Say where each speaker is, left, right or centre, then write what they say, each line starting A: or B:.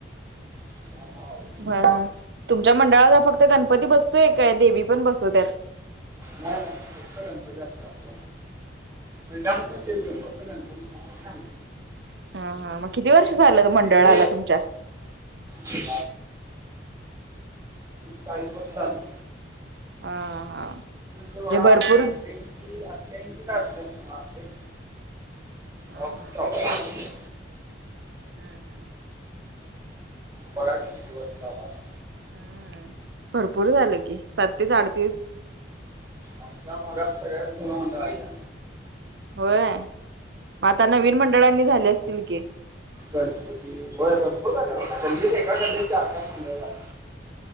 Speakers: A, on the right; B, on the right.
A: त्यामुळं अवघड.
B: ब.. तुमच्या मंडळात फक्त गणपती बसतोय काय देवी पण बसूवत्यात
A: नाही नाही फक्त गणपती असतोय आमचा महीला तेडटचरां कर दखो ना आ
B: हा हा मग किती वर्ष
A: आमच्याइथ
B: झालं मंडळाला
A: देवी
B: तुमच्या?
A: पस्तीस चाळीस वर्ष झाली.
B: हा हा म्हणजे
A: वडा
B: भरपूर
A: अठ इंची काची.
B: हा
A: ऑफ
B: हा
A: स्टॉक आहे.
B: हम्म हम्म
A: बघा की किती वाजता आला हा.
B: हम्म भरपूर झालं कि साततीस अडतीस.
A: आमच्या भागात सगळ्यात जुना मंडळ आहे त्या.
B: होय आता नवीन मंडळांनी झाले असतील की?
A: गणपती होय भरपूर झाल्या होय गल्लीत एका मंडळ चार पाच मंडळ झाला.